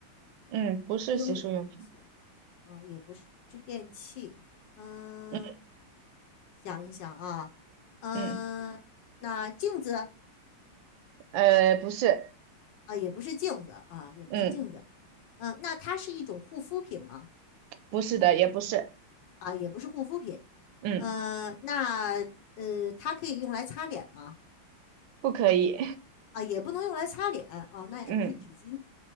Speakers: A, on the right; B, on the left.
A: 嗯，不是洗漱用品，
B: 厅里出现。啊，也不是是电器，嗯，
A: 嗯
B: 我想一想啊，嗯，
A: 嗯，
B: 那镜子
A: 呃，不是，
B: 啊，也不是镜子啊，也不是镜子，
A: 嗯，
B: 嗯，那它是一种护肤品吗？
A: 不是的，也不是，
B: 啊，也不是护肤品，
A: 嗯，
B: 嗯，那呃，它可以用来擦脸吗？
A: 不可以，
B: 啊，也不能用来擦脸哦，那也不是纸巾，
A: <laughs> 嗯